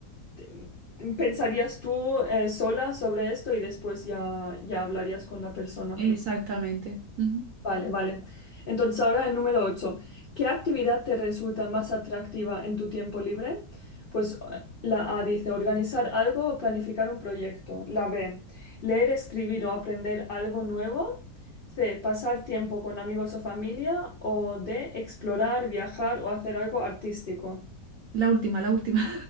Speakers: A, on the left; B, on the right.
A: te- mm, pensarías tú eh, sola sobre esto y después ya, ya hablarías con la persona.
B: Exactamente. Ujú.
A: Vale, vale. Entonces ahora el número 8. ¿Qué actividad te resulta más atractiva en tu tiempo libre? Pues eh, la A dice organizar algo o planificar un proyecto. La B, leer, escribir o aprender algo nuevo. C, pasar tiempo con amigos o familia. O D, explorar, viajar o hacer algo artístico.
B: La última, la última,